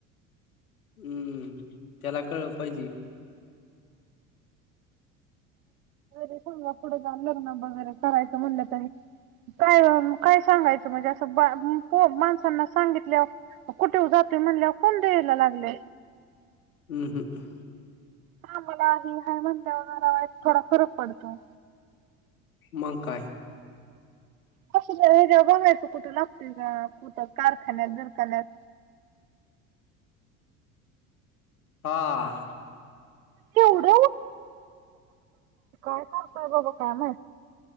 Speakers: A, on the left; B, on the right.
A: हम्म त्याला कळलं पाहिजे
B: रे समजा पुढे जान लग्न वगैरे करायचं म्हणलं तरी काय काय सांगायचं म्हणजे असं माणसांना सांगितल्या कुठे जाते म्हणल्या कोण द्या यायला लागले
A: हम् हम्
B: हा मला आ हय म्हणल्यावर मला वा थोडा फरक पडतो
A: मांकाय
B: क हे जे बघायचं कुठं लागते का कुठं कारखान्यात दरखान्यात
A: हा
B: णवढ का काम